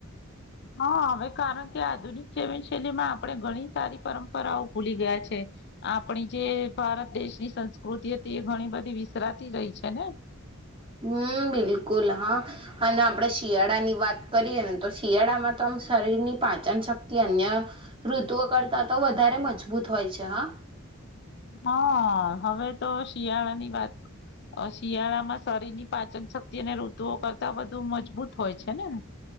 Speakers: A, on the left; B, on the right.
A: હા, હવે કારણ કે આધુનિક જીવનશૈલીમાં આપણે ઘણી સારી પરંપરાઓ ભૂલી ગયા છે. આપણી જે ભારત દેશની સંસ્કૃતિ હતી એ ઘણી બધી વિસરાતી રહી છે ને?
B: હમ્મ, બિલકુલ હા અને આપણે શિયાળાની વાત કરીએ ને તો શિયાળામાં તો આ શરીરની પાચન શક્તિ અન્ય ઋતુઓ કરતા તો વધારે મજબૂત હોય છે હા.
A: હાઆ, હવે તો શિયાળા ની વાત શિયાળામાં શરીર ની પાચન શક્તિ અને ઋતુઓ કરતા વધુ મજબૂત હોય છે ને?